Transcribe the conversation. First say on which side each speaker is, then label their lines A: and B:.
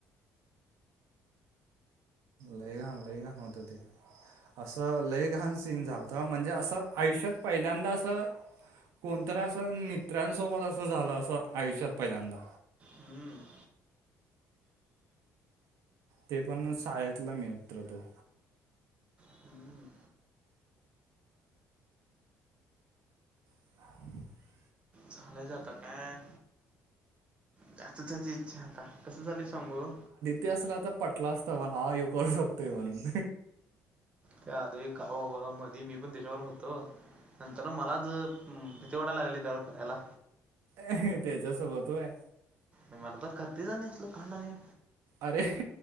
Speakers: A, on the right (about 75°); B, on the right (about 20°).
A: लईघान-लईघान होत ते. असं लय घान सीन झालता, म्हणजे असं आयुष्यात, पहिल्यांदा असं कोणतंर असं, मित्रांसोबत असं झालं, असं आयुष्यात पहिल्यांदा.
B: हम्म.
A: ते पण, शाळेतला मित्र तो.
B: हम्म.
A: <inaudible>
B: चालायचं आता, काय ज्याचं त्याचं इच्छा, आता कसं झालय, सांगू?
A: ते असला, तर पटलं असतं मला, हा ह्यो करू शोकतोय, म्हणून.
B: ते आदिक का ओ बाबा मधी, मी पण त्याच्याबरोबर होतो. नंतर मलाच, भीती वाटायला लागली, त्याला करायला.
A: हह त्याच्या सोबत वय?
B: <unintelligible> करते झाले असलं कांड आणि
A: अरे